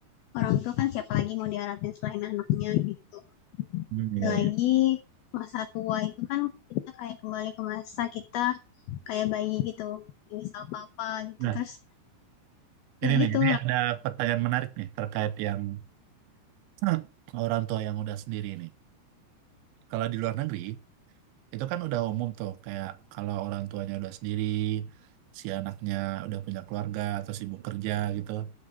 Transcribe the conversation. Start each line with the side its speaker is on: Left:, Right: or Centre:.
Left: orang tua kan siapa lagi mau diharapin selain anaknya gitu
Right: Hmm,
Left: Dan
Right: iya,
Left: lagi
Right: iya.
Left: masa tua itu kan kita kayak kembali ke masa kita kayak bayi gitu nggak bisa apa-apa gitu
Right: Nah,
Left: terus
Right: ini
Left: ya gitu
Right: nih, ini ada pertanyaan menarik nih terkait yang <clears throat> orang tua yang udah sendiri nih. Kalau di luar negeri, itu kan udah umum tuh, kayak kalau orang tuanya udah sendiri, si anaknya udah punya keluarga atau sibuk kerja gitu.